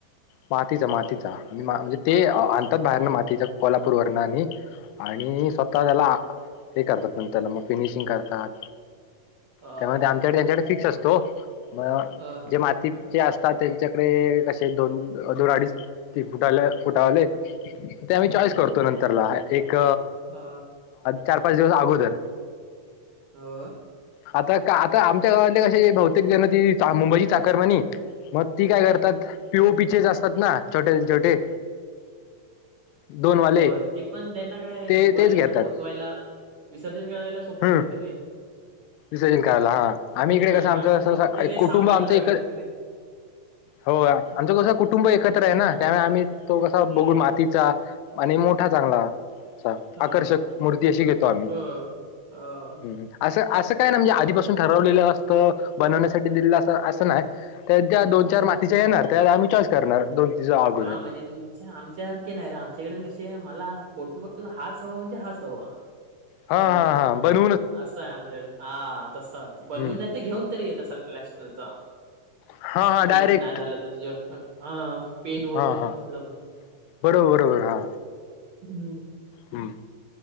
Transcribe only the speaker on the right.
मातीच
असतं
हम्म
अ
अ
अ अ
हो
हम्म
हो ते पण त्यांना काय
मुंबईल्याना
पोचवायला विसर्जन करायला सोप
पटतं रे.
हम्म
आणि
मातीची
मूर्ती
लय सांभाळत
राहावी
लागते रे.
हम्म
अ
अ अ
हम्म
हा म्हणजे तुम् अच्छा आमच्यासारखे नाही रे आमच्याईडन कसे मला फोटो हाच हवा म्हणजे हाच हवा.
गणपती.
असं आहे आमंचाकडे हा तसाच बनवून
नाही तर घेऊन तरी येत असाल प्लॅस्टरचा.
बनून
नाही झालं तर तुझ क हं पेन वरून
नसलं मग
हम्म-